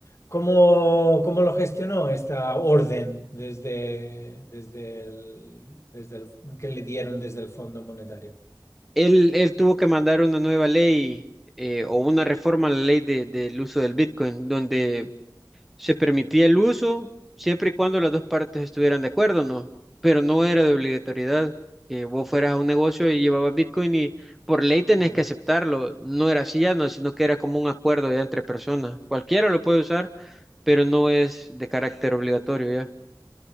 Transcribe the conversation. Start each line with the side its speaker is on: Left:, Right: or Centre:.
Left: cómo, cómo lo gestionó esta orden desde, desde el, desde el- que le dieron desde el Fondo Monetario.
Centre: Él, él tuvo que mandar una nueva ley eh, o una reforma a la ley de- del uso del Bitcoin, donde Se permitía el uso siempre y cuando las dos partes estuvieran de acuerdo, ¿no? Pero no era de obligatoriedad que vos fueras a un negocio y llevabas Bitcoin y por ley tenés
Left: ¿no?
Centre: que aceptarlo. No era así ya, no, sino que era como un acuerdo ya entre personas. Cualquiera lo puede usar, pero no es de carácter obligatorio ya.